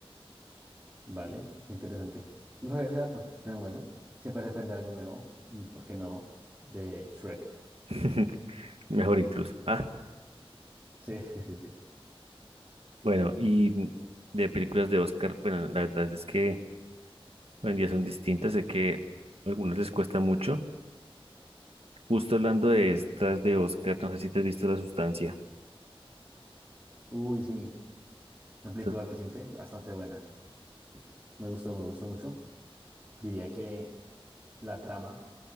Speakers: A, on the right; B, on the right.
A: Vale, qué interesante. No sabía ese dato, pero bueno, siempre se aprende algo nuevo y, ¿por qué no?, de Shrek. <laughs>
B: <laughs> Mejor incluso. <laughs>
A: Sí, sí, sí, sí.
B: Bueno, y de películas de Oscar, bueno, la verdad es que hoy en día son distintas, sé que a algunos les cuesta mucho. Justo hablando de estas de Oscar, no sé si te has visto La Sustancia.
A: Uy, sí, una película
B: Sí.
A: reciente, bastante buena. Me gustó, me gustó mucho. Diría que la trama